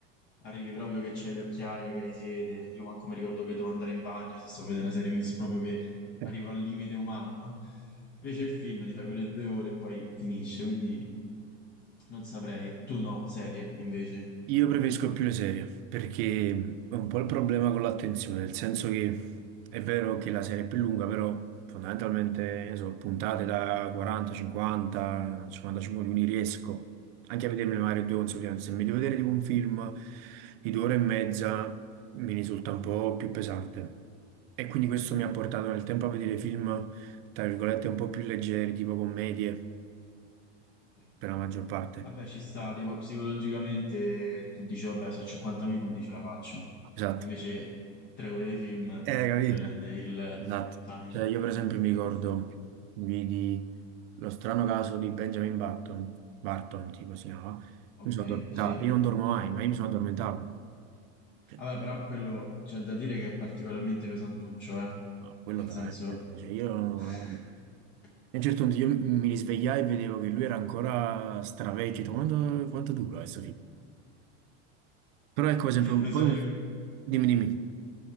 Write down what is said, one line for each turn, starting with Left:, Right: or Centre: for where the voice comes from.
Left: arrivi proprio che c'hai le occhiaie, che hai sete, io manco mi ricordo che devo andare in bagno se sto vedendo una serie, quindi so proprio che arrivo
Right: Eh.
Left: al limite umano, no? Invece il film ti fai quelle due ore e poi finisce, quindi non saprei. Tu no, serie invece.
Right: Io preferisco più le serie perché è un po' il problema con l'attenzione, nel senso che è vero che la serie è più lunga, però fondamentalmente ne so, puntate da 40, 50, 55 minuti riesco anche a vedermi magari due consecutive. Se mi devo vedere tipo un film di due ore e mezza mi risulta un po' più pesante. E quindi questo
Left: Sì,
Right: mi ha portato nel tempo a vedere film, tra virgolette, un po' più leggeri, tipo commedie,
Left: ok.
Right: per la maggior parte.
Left: Vabbè, ci sta, tipo psicologicamente tu dici, vabbè, so 50 minuti, ce la faccio.
Right: Esatto.
Left: Invece tre ore di film
Right: Eh, capì?
Left: ti prende il,
Right: Esatto,
Left: il panico.
Right: cioè io per esempio mi ricordo,
Left: Ci sta.
Right: vidi lo strano caso di Benjamin Button, Barton tipo si chiamava,
Left: Ok,
Right: mi sono addormentato,
Left: sì.
Right: io non dormo mai, ma io mi sono addormentato, Cioè,
Left: Vabbè, però quello c'è da dire che è particolarmente pesantuccio, eh.
Right: no, quello
Left: Nel
Right: veramente,
Left: senso...
Right: cioè io, non-
Left: <laughs>
Right: E a un certo punto io mi risvegliai e vedevo che lui era ancora stravecchio, ho detto, quanto, quanto dura questo film? Però ecco per esempio,
Left: Lo
Right: poi
Left: so,
Right: un-
Left: io...
Right: dimmi dimmi.